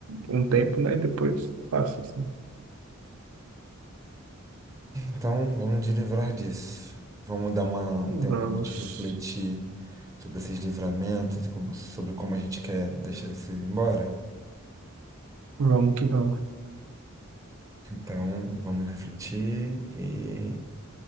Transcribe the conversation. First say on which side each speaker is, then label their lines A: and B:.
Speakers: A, on the right (about 85°); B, on the right (about 15°).
A: um tempo, né? E depois passa, assim.
B: Então, vamos nos livrar disso. Vamos dar uma, um
A: Vamos,
B: tempo para a gente refletir sobre esses livramentos e como- sobre como a gente quer deixar isso ir embora.
A: vamos que vamos.
B: Então, vamos refletir e